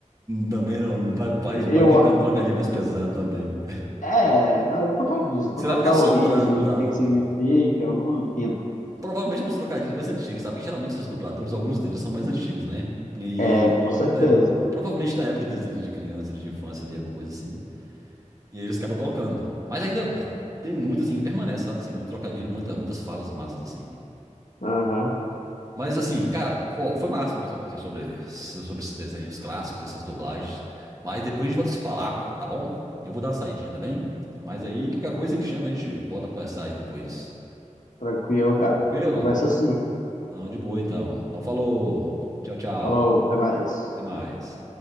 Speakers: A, on the right (about 25°); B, on the left (about 85°).
A: Também não. Vai, vai
B: Eu,
A: vai que tem um trocadilho mais pesado também.
B: é, não, eu não tô falando disso, eu tô
A: Você
B: falando
A: vai ficar
B: da
A: soprando,
B: origem, de
A: tal.
B: o que que significa, eu não entendo.
A: Provavelmente é uns trocadilhos mais antigos, sabe? Porque geralmente esses dubladores, alguns deles são mais antigos, né? E aí,
B: É, com certeza.
A: é, provavelmente da época deles ali de criança, ali de infância, ali, alguma coisa assim. E aí eles acabam colocando. Mas ainda tem muito, assim, que permanece, sabe? Assim, muito trocadilho, muita, muitas falas massas, assim.
B: Aham,
A: Mas, assim, cara, ó, foi massa conversar com vocês sobre, sobre esses desenhos clássicos, essas dublagens. Mas depois a gente volta a se falar, tá bom? Eu vou dar uma saidinha também. Mas aí, qualquer coisa, você me chama, a gente volta a conversar aí depois.
B: tranquilo, cara.
A: Tranquilo?
B: Conversa assim.
A: Não, de boa então. Então falou. Tchau, tchau.
B: Falou, até mais.
A: Até mais.